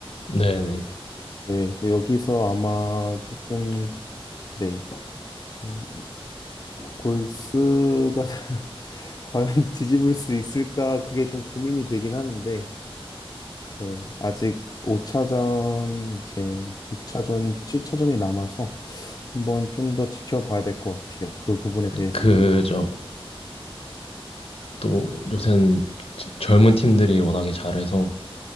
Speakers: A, on the left; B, on the left.
A: 네네.
B: 네, 여기서 아마 조금 네, 좀 골스가 <laughs> 과연 <laughs> 뒤집을 수 있을까? 그게 좀 고민이 되긴 하는데, 네, 아직 5차전, 이제 6차전, 7차전이 남아서 한번 좀 더 지켜봐야 될 것 같아요. 그 부분에 대해서는.
A: 그저 또 요새는 젊은 팀들이 워낙에 잘해서